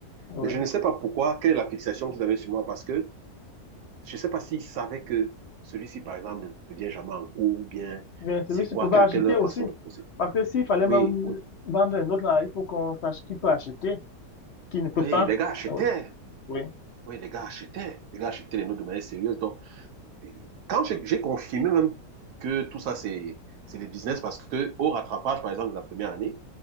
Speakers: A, on the left; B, on the right.
A: Oui.
B: Mais je ne sais pas pourquoi, quelle est la fixation qu'ils avaient sur moi, parce que je ne sais pas s'ils savaient que celui-ci, par exemple, ne vient jamais en cours, ou bien
A: Bien, celui-ci
B: c'est quoi,
A: pouvait
B: quelle
A: acheter
B: était leur
A: aussi.
B: façon de procéder.
A: Parce que s'il fallait
B: Oui,
A: même
B: oui,
A: vendre un autre, là, il faut qu'on sache qui peut acheter, qui ne peut
B: oui,
A: pas.
B: les gars achetaient.
A: Ah Oui, oui,
B: Oui, les gars achetaient. Les gars achetaient les notes de manière sérieuse. Donc, quand j'ai confirmé même que tout ça, c'est c'est les business parce que au rattrapage, par exemple, de la première année,